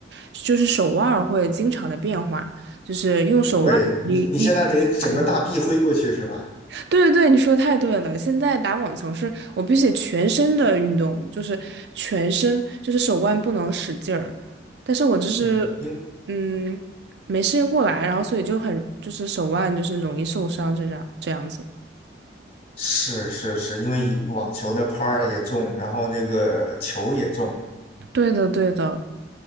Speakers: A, on the right; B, on the left.
A: 就是手腕儿会经常的变化，就是用手腕力力道去打那个。
B: 对，你你现在得整个大臂挥过去是吧？
A: 对对对，你说得太对了。现在打网球是我必须得全身的运动，就是全身，就是手腕不能使劲儿。但是我就是，
B: 嗯，应
A: 嗯，没适应过来，然后所以就很，就是手腕就是容易受伤，这样这样子。
B: 是是是，因为网球的拍儿也重，然后那个球也重，
A: 对的对的。